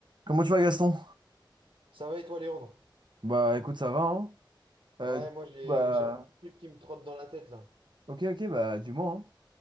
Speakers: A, on the right (about 65°); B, on the right (about 85°).
A: Comment tu vas Gaston?
B: Ça va et toi, Léandre?
A: Bah écoute ça va hein. Euh,
B: Ouais,
A: du
B: moi
A: coup,
B: j'ai
A: bah
B: j'ai un petit truc qui me trotte dans la tête là.
A: ok ok bah dis-moi hein.